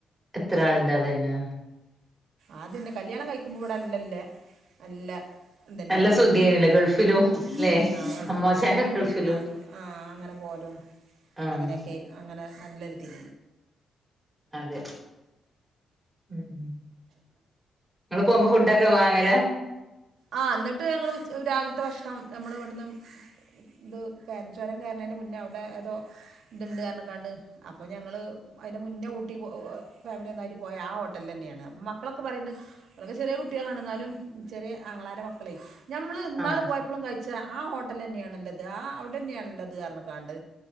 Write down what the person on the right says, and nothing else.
ആദ്യന്നെ കല്യാണം കഴിക്കുമ്പോ ഇവിടെ അല്ല ല്ലേ നല്ല തന്നേനി
ഉം ഉം
ആ ഗൾഫിലും
അ ആ അങ്ങനെ പോവലും
അങ്ങനൊകേ അങനെ നല്ലൊര് <inaudible>
ആ ന്ന്ട്ട് ഞങ്ങള് രാവിൽത്തെ ഭക്ഷണം നമ്മൾ ഇവട്ന്ന് ഇത് കയ ചൊരം കയർ ര്ണേൻ്റെ മുന്നെ അവടെ ഏതോ ഇത്ണ്ട് അർഞ്ക്കാണ്ട് അപ്പോ ഞങ്ങള് അയിൻ്റെ മുന്നെ ഊട്ടി ഫാമിലി ഒന്നായിട്ട് പോയ ആ ഹോട്ടൽല്ലെന്നേണ് മക്കളൊക്കെ പറിണ്ട് അന്നൊക്കെ ചെറിയ കുട്ടികളാണ് ന്നാലും ചെറിയേ ആങ്ങളാരെ മക്കളേയ് ഞമ്മള് ഇന്നാള്
പോയപ്പളും കഴി ച്ച ആ ഹോട്ടലെന്നേണല്ലൊത് ആ ഔടെന്നേണല്ലൊത് അർഞ്കാണ്ട്